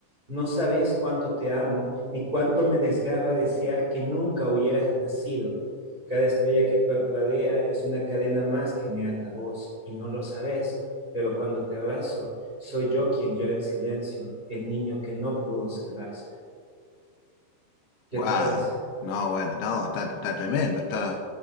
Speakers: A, on the right; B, on the left.
A: No sabes cuánto te amo, ni cuánto me desgarra desear que nunca hubieras nacido. Cada estrella que parpadea es una cadena más que me ata a vos, y no lo sabes, pero cuando te abrazo, soy yo quien llora en silencio, el niño que no pudo salvarse. ¿Qué
B: Guau,
A: te parece?
B: no, bueno, no, está, está tremendo, está,